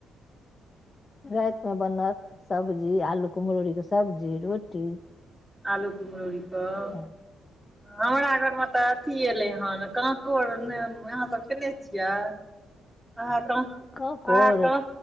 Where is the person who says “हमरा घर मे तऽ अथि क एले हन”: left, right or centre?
Centre